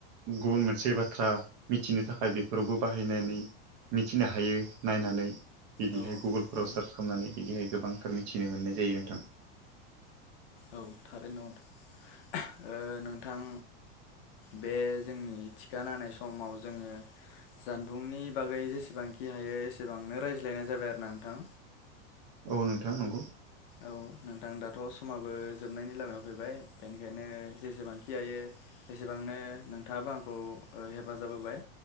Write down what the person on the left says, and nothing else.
औ
औ
औ थारैनो नंगौथ'ओ नोंथां बे जोंनि थिखाना होनाय समाव जोङो जानबुंनि बागै जेसेबांखि हायो एसेबांनो रायज्लायनाय जाबाय आरो ना नोंथां
ओह औ नोंथां दा समाबो जोबनायनि लामायाव फैबाय बेनिखायनो जेसेबांखि जायो एसेबांनो नोंथांआबो बो आंखौ ओ हेफाजाब होबाय